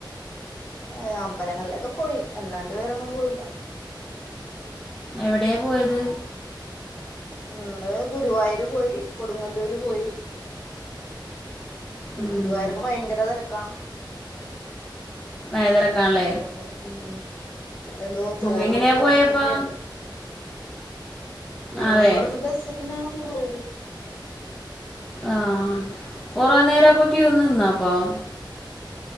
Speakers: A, on the left (about 20°); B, in the centre.
A: ഏഹ് അമ്പലങ്ങളിലൊക്കെ പോയി, അല്ലാണ്ട് വേറെങ്ങുംപോയില്ല.
B: എവിടെയാ പോയത്?
A: ഞങ്ങള് ഗുരുവായൂര് പോയി. കൊടുങ്ങല്ലൂരു പോയി.
B: ഉം,
A: ഗൂരുവായൂരൊക്കെ ഭയങ്കര തെരക്കാണ്.
B: ഏഹ് തെരക്കാണ് ലേ
A: ഉം ഇവിടെയെന്തോ, ചോറു
B: എങ്ങനെയാ
A: കൊടുക്കല്
B: പോയപ്പോ
A: ഒക്കെയിണ്ട്. ഞങ്ങളിവിടുന്ന്
B: അതെ
A: ബസ്സിനാണ് പോയത്.
B: ആഹ് കൊറേ നേര അപ്പൊ ക്ക്യൂ നിന്നൊ അപ്പം